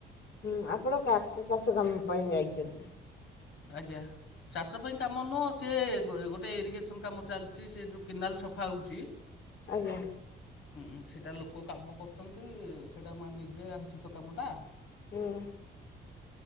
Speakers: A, on the left; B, on the left.
A: ହୁଁ ଆପଣ କାଶ ଚାଷ କାମ ପାଇଁ ଯାଇଚନ୍ତି।
B: ଆଜ୍ଞା ଚାଷ ପାଇଁ କାମ ନୁଅଁ ସେ ଗୋଟେ ଏରିଗେସନ୍ କାମ ଚାଲିଚି ସେ ଯୋ କେନାଲ ସଫା ହଉଚି।
A: ଆଜ୍ଞା।
B: ହୁଁ ସେଟା ଲୋକ କାମ କରୁଚନ୍ତି ସେଟା ମା ନିଜେ ଆଣିଚୁ ତ କାମଟା?
A: ଉଁ।